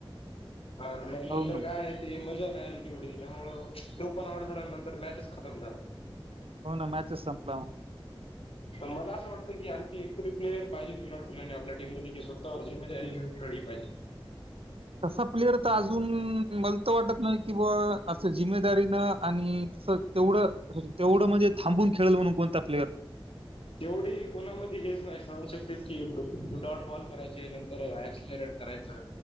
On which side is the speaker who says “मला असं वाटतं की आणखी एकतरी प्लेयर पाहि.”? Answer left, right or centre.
Left